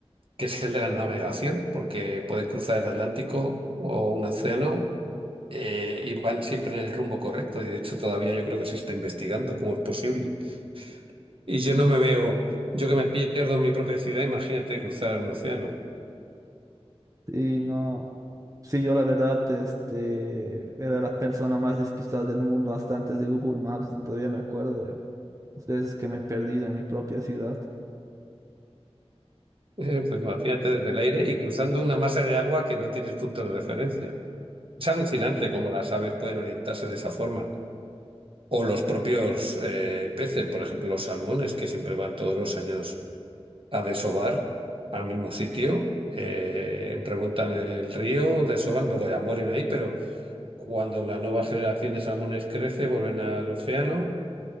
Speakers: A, on the right; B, on the right.
A: que es el de la navegación, porque pueden cruzar el Atlántico o un océano. eh, y van siempre en el rumbo correcto y de hecho todavía yo creo que se está investigando cómo es posible. Y yo no me veo, yo que me pierdo en mi propia ciudad, imagínate cruzar un océano.
B: Y no, sí, yo la verdad, este, era la persona más despistada del mundo hasta antes de Google Maps, todavía me acuerdo de las veces que me he perdido en mi propia ciudad.
A: Eh, Pues imagínate desde el aire y cruzando una masa de agua que no tienes punto de referencia. Es alucinante cómo las aves pueden orientarse de esa forma. O los propios eh, peces, por ejemplo, los salmones, que siempre van todos los años a desovar al mismo sitio, eh, remontan el río, desovan, luego ya mueren ahí, pero cuando la nueva generación de salmones crece, vuelven al océano